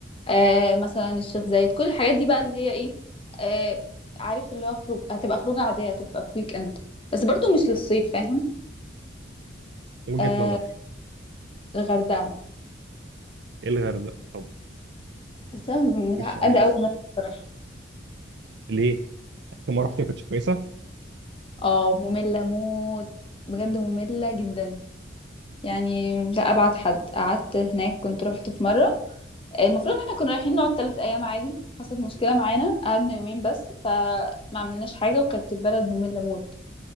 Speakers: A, on the left; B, on the right.
A: آه مثلا الشيخ زايد كل الحاجات دي بقى اللي هي ايه آه عارف اللي هو خروج هتبقى خروجة عادية هتبقى في ويك اند بس برضو مش للصيف فاهم
B: وجهه
A: آه
B: نظر
A: الغردقة
B: ايه الغردقه طب
A: بس انا متعقدة
B: مش عارف
A: قوي منها بصراحة
B: ليه في ما رحت ما كانتش كويسه
A: اه مملة موت بجد مملة جدا يعني لا ابعد حد قعدت هناك كنت رحت في مرة المفروض ان احنا كنا رايحين نقعد ثلاث ايام عادي حصلت مشكلة معانا قعدنا يومين بس فما عملناش حاجة وكانت البلد مملة موت